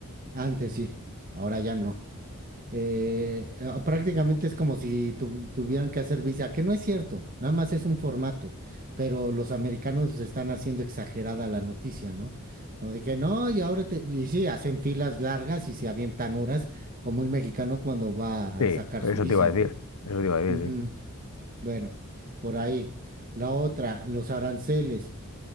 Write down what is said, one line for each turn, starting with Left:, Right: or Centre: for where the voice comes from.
Right: Antes sí, ahora ya no. Eh, ah, prácticamente es como si tu- tuvieran que hacer visa, que no es cierto, nada más es un formato, pero los americanos están haciendo exagerada la noticia, ¿no? Como de que no, y ahora te, y sí, hacen filas largas y se avientan horas, como un mexicano cuando va
Left: Sí,
Right: a sacar
Left: eso
Right: su visa,
Left: te iba a decir.
Right: ¿no?
Left: Eso te iba a decir,
Right: Ujú. Bueno, por ahí. La otra, los aranceles.